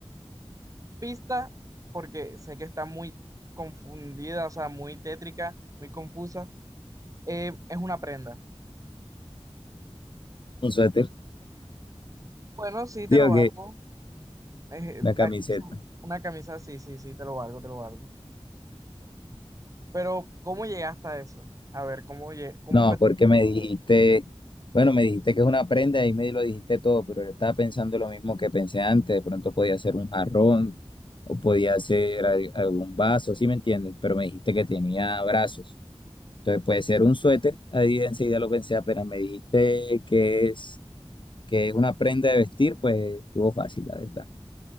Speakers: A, on the right; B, on the left.
A: pista porque sé que está muy confundida, o sea, muy tétrica, muy confusa. Eh, es una prenda.
B: Un suéter.
A: Bueno, sí, te
B: Digo
A: lo valgo.
B: que
A: Eh,
B: una camiseta.
A: aquí dice una camisa, sí, sí, sí, te lo valgo, te lo valgo. Pero, ¿cómo llegaste a eso? A ver, ¿cómo, lle- cómo
B: No,
A: fue?
B: porque me dijiste, bueno, me dijiste que es una prenda y me lo dijiste todo, pero yo estaba pensando lo mismo que pensé antes, de pronto podía ser un jarrón o podía ser al- algún vaso, ¿sí me entiendes? Pero me dijiste que tenía brazos, entonces puede ser un suéter, ahí enseguida lo pensé, apenas me dijiste que es, que es una prenda de vestir, pues estuvo fácil, la verdad.